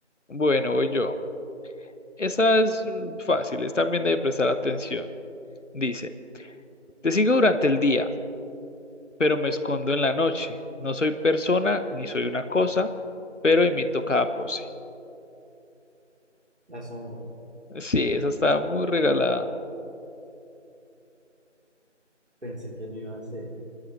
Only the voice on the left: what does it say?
Bueno, voy yo. Esa
es mm, fácil, es también de prestar atención. Dice, te sigo durante el día pero me escondo en la noche. No soy persona ni soy una cosa, pero imito cada pose.
Sí, esa está muy regalada.